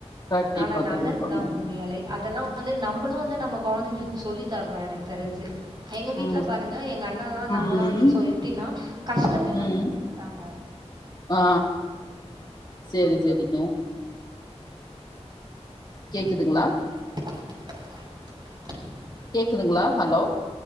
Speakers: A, on the left; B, on the right.
A: கண்டிப்பா
B: ஆனா நல்லதுதா
A: கண்டிப்பாங்க.
B: உண்மை யாலே அதெல்லா வந்து நம்மளும் வந்து நம்ப கொழந்தைங்களுக்கு சொல்லி தரணும் எனக்கு தெரிஞ்சு எங்க வீட்ல
A: ம்.
B: பாருங்க எங்க அண்ணால்லா நாங்கல்லா
A: ம்.
B: வந்து சொ எப்படின்னா கஷ்டமே இல்லாம
A: ம்
B: வளத்துடாங்க
A: ஆ சேரி சரிங்க கேக்குதுங்ளா
B: <inaudible>
A: கேக்குதுங்ளா ஹலோ